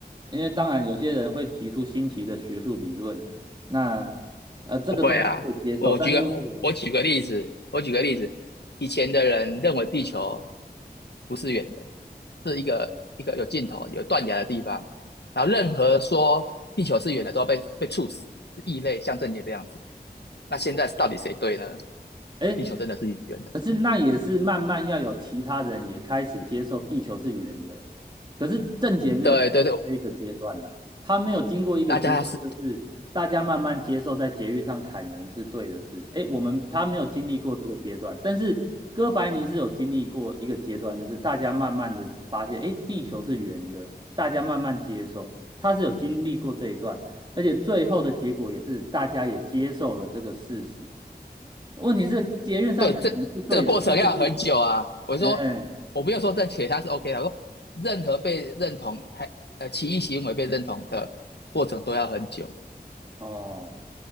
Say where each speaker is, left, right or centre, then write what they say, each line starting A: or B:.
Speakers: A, on the right; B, on the left.
A: 因为当然有些人会提出新奇的学术理论，那呃这个都是可以接受，
B: 不会啊，我举个我我举个例子，
A: 但是如果
B: 我举个例子，以前的人认为地球不是圆的，是一个一个有尽头、有断崖的地方，然后任何说地球是圆的都要被被处死，是异类，像正业这样子。那现在到底谁对呢？
A: 哎，
B: 地球真的是圆的，
A: 可是那也是慢慢要有其他人也开始接受地球是圆的，可是郑杰没有经过这一个阶段呐、
B: 对对对，
A: 他没有经过一个阶段，
B: 大家是
A: 就是大家慢慢接受在捷运上砍人是对的事。哎，我们他没有经历过这个阶段，但是哥白尼是有经历过一个阶段，就是大家慢慢的发现，哎，地球是圆的，大家慢慢接受，他是有经历过这一段。而且最后的结果也是大家也接受了这个事实。问题是捷运上可能是对的这件事情，
B: 对，这这个过程要很久啊。我说，
A: 哎，
B: 我不要说正确，他是 OK 的。我说，任何被认同还呃歧义行为被认同的过程都要很久，
A: 哦，